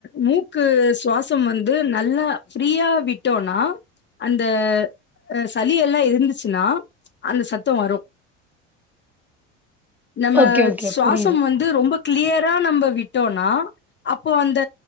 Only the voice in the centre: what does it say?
ஓகே, ஓகே.
புரியுது.